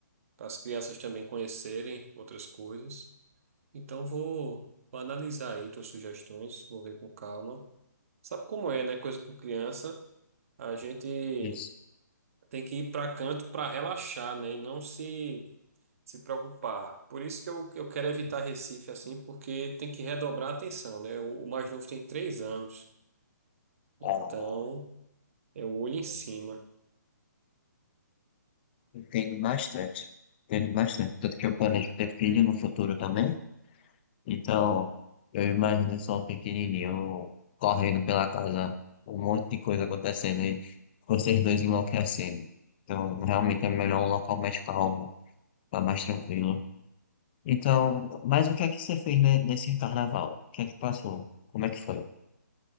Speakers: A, on the right; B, on the left.
A: para as crianças também conhecerem outras coisas. Então vou, vou analisar aí tuas sugestões, vou ver com calma. Sabe como é, né? Coisa com criança, a gente
B: Isso.
A: tem que ir para canto para relaxar, né? E não se se preocupar. Por isso que eu, que eu quero evitar Recife assim, porque tem que redobrar a atenção, né? O, o mais novo tem três anos, então
B: Ah,
A: é o olho em cima.
B: entendo bastante. Entendo bastante. Tanto que eu planejo ter filho no futuro também. Então, eu imagino só o pequenininho correndo pela casa, um monte de coisa acontecendo e vocês dois enlouquecendo. Então, realmente é melhor um local mais calmo Tá mais tranquilo. Então, mas o que é que você fez ne- nesse carnaval? O que é que passou? Como é que foi?